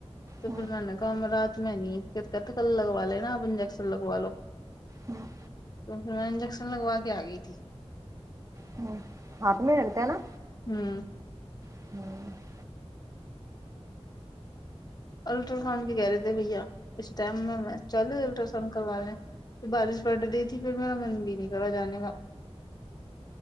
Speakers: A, on the left; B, on the right.
A: تو
B: ہوں
A: پھر میں نے کہا رات میں نہیں پھر کہتے کل لگوا لے نا آپ انجیکشن لگوا لو
B: ہاں
A: تو پھر میں انجیکشن لگوا کے آ گئی تھی
B: ہ ہاں تو میں ہرتا ہے نا
A: ہوں
B: <inaudible>
A: الٹراساؤنڈ بھی کہہ رہے تھے بھیا اس ٹائم میں چالٹرا کروا لیں پھر بارش پڑ رہی تھی پھر میرا من بھی نہیں کرا جانے کا